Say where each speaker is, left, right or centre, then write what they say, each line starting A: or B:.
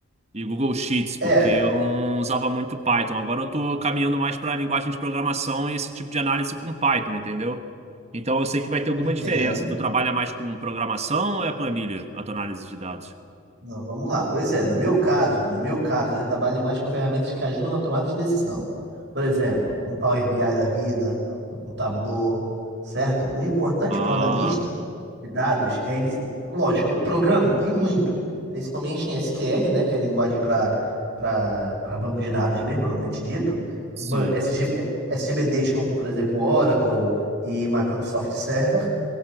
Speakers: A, on the right; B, on the right.
A: E Google Sheets, porque
B: É,
A: eu não usava muito Python. Agora eu tô caminhando mais para linguagem de programação e esse tipo de análise com Python, entendeu? Então eu sei que vai ter alguma
B: Nintendo.
A: diferença. Tu trabalha mais com programação ou é planilha, a tua análise de dados?
B: Não, vamos lá. Pois é, no meu caso, no meu caso, eu já trabalho mais com ferramentas que ajudam na tomada de decisão. Por exemplo, um Power BI da vida, um Tableau, certo? O importante
A: Ah,
B: para o analista de dados é ele, lógico, programa e muito, principalmente em SQL, né, que é a linguagem para para banco de dados mesmo, propriamente dito.
A: sim.
B: Ba- SG, eh, SGBDs como, por exemplo, Oracle e Microsoft Server